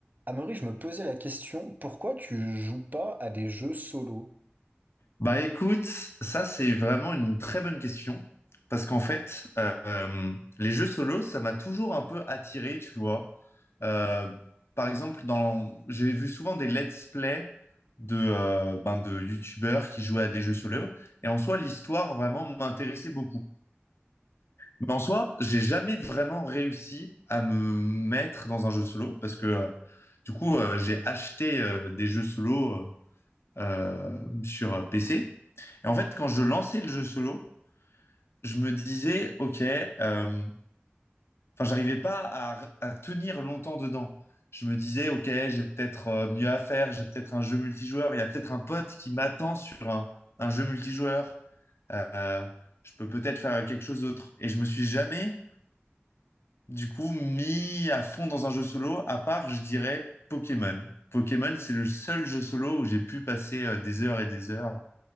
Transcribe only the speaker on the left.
Bah écoute, ça c'est vraiment une très bonne question parce qu'en fait, euh, les jeux solo, ça m'a toujours un peu attiré, tu vois. Euh, par exemple, dans, j'ai vu souvent des let's play de, euh, ben, de youtubeurs qui jouaient à des jeux solo et en soi, l'histoire vraiment m'intéressait beaucoup. Mais en soi, j'ai jamais vraiment réussi à me mettre dans un jeu solo parce que euh, du coup, euh, j'ai acheté euh, des jeux solo euh, euh, sur euh, PC. Et en fait, quand je lançais le jeu solo, je me disais, OK, euh, enfin, j'arrivais pas à, à tenir longtemps dedans. Je me disais, OK, j'ai peut-être euh, mieux à faire, j'ai peut-être un jeu multijoueur, il y a peut-être un pote qui m'attend sur un, un jeu multijoueur, Euh, je peux peut-être faire quelque chose d'autre. Et je me suis jamais, du coup, mis à fond dans un jeu solo, à part, je dirais, Pokémon. Pokémon, c'est le seul jeu solo où j'ai pu passer euh, des heures et des heures